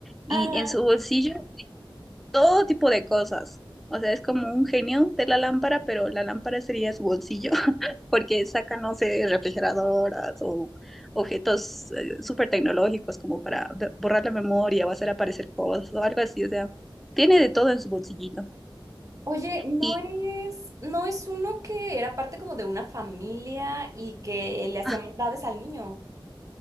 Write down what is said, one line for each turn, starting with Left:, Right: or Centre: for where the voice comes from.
Centre: Y
Right: Ajá.
Centre: en su bolsillo todo tipo de cosas. O sea, es como un genio de la lámpara, pero la lámpara sería su bolsillo. porque sacan, no sé, refrigeradoras o objetos súper tecnológicos como para b- borrar la memoria o hacer aparecer cosas o algo así. O sea, tiene de todo en su bolsillito.
Right: Oye, no
Centre: Y
Right: es, no es uno que era parte como de una familia y que le hacía
Centre: ah,
Right: maldades al niño,